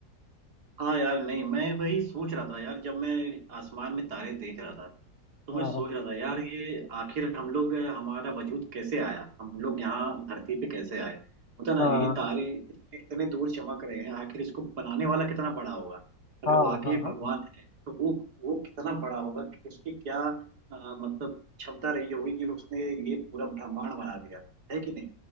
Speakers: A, on the right; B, on the left.
A: हाँ यार नहीं मैं वही सोच रहा था यार जब मैं आसमान में तारे देख रहा था तो
B: हाँ
A: मैं सोच रहा था यार ये आखिर हम लोग हमारा वजूद कैसे आया हम लोग यहाँ धरती पे कैसे आए होता ना
B: हाँ
A: ये तारे इतने दूर चमक रहे हैं आखिर इसको बनाने वाला कितना बड़ा होगा अगर
B: हाँ
A: वाकई
B: हाँ
A: भगवान है तो वो वो कितना बड़ा होगा कि उसकी क्या अ, मतलब क्षमता रही होगी कि उसने ये पूरा ब्रह्मांड बना दिया है कि नहीं